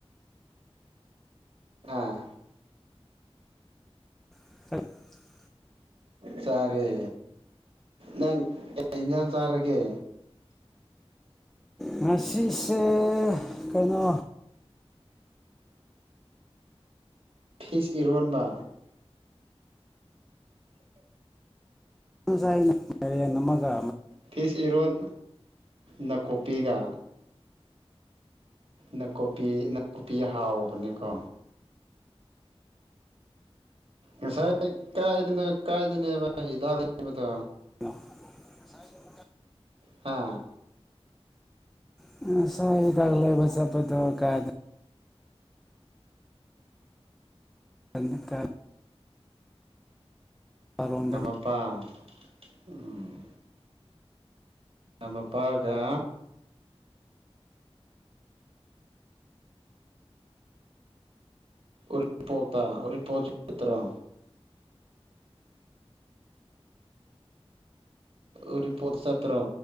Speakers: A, on the right; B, in the centre.
A: ꯑꯥ
B: <unintelligible>
A: ꯆꯥꯔꯦ ꯅꯪ ꯀꯩ ꯌꯦꯟꯖꯥꯡ ꯆꯥꯔꯒꯦ
B: ꯉꯁꯤꯁꯦ ꯀꯩꯅꯣ
A: ꯐꯤꯁ ꯏꯔꯣꯟꯕꯥ
B: ꯅꯪ ꯉꯥꯁꯥꯏ ꯑꯩꯅꯥ ꯃꯥꯏꯔꯦꯟ ꯑꯃꯥꯒꯥ
A: ꯐꯤꯁ ꯏꯔꯣꯟ ꯅꯥꯀꯨꯞꯄꯤꯒ ꯅꯥꯀꯨꯞꯄꯤ ꯅꯥꯀꯨꯞꯄꯤ ꯍꯥꯎꯕꯅꯦꯀꯣ ꯉꯁꯥꯏ ꯀꯥꯏꯗꯅꯣ ꯀꯥꯏꯗꯅꯦꯕ ꯍꯤꯗꯥꯛ ꯂꯩꯕꯗꯣ
B: <unintelligible>
A: ꯍꯥ
B: ꯑꯁ ꯉꯁꯥꯢ ꯍꯤꯗꯥꯛ ꯂꯩꯕ ꯆꯠꯕꯗꯣ ꯀꯥꯢꯗꯅꯣ ꯀ ꯀꯥꯏ <unintelligible> ꯔꯣꯝꯗꯅꯤ
A: ꯀꯃꯅ <unintelligible> ꯄꯥ ꯎꯝ ꯃꯄꯥꯒ ꯎꯔꯤꯄꯣꯛꯇ ꯎꯔꯤꯄꯣꯠ <unintelligible> ꯇ꯭ꯔꯣ ꯎꯔꯤꯄꯣꯛ ꯆꯠꯇꯔꯣ